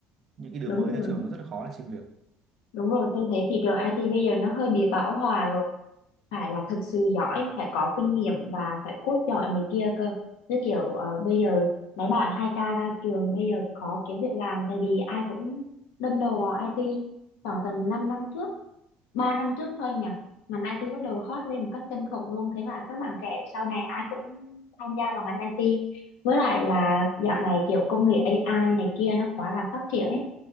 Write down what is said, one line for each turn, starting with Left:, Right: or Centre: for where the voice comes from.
Right: những cái đứa
Left: đúng
Right: mới ra
Left: rồi
Right: trường nó rất là khó để xin việc
Left: Đúng rồi, tôi thấy thị trường IT bây giờ nó hơi bị bão hòa rồi. Phải là thực sự giỏi,
Right: Ừ.
Left: phải có kinh nghiệm và phải code giỏi này kia cơ. Như kiểu ờ, bây giờ mấy bạn 2K ra trường bây giờ khó kiếm việc làm tại vì ai cũng đâm đầu vào IT khoảng tầm 5 năm trước, 3 năm trước thôi nhỉ. Ngành IT bắt đầu hot lên một cách kinh khủng luôn. Thế là các bạn trẻ sau này ai cũng tham gia vào ngành IT. Với lại là dạo này kiểu công nghệ AI này kia nó quá là phát triển ấy